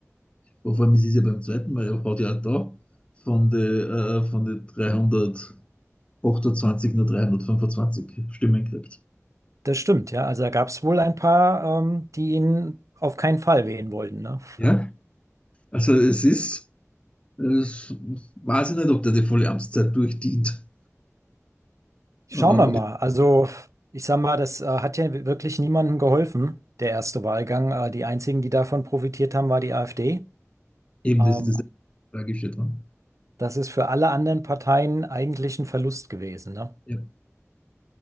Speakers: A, on the left; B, on the right.
A: Vor allem, es ist es ja beim zweiten Mal, er hat ja auch da von den äh, von den 328 nur 325 Stimmen gekriegt.
B: Das stimmt, ja. Also da gab es wohl ein paar, ähm, die ihn auf keinen Fall wählen wollten, ne?
A: Ja, also es ist, es weiß ich nicht, ob der die volle Amtszeit durchdient.
B: Schauen
A: Äh,
B: wir mal. Also, ich sag mal, das äh, hat ja wirklich niemandem geholfen, der erste Wahlgang. Äh, die einzigen, die davon profitiert haben, war die AfD.
A: eben,
B: Ähm,
A: das ist das Tragische dran.
B: das ist für alle anderen Parteien eigentlich ein Verlust gewesen, ne?
A: Ja,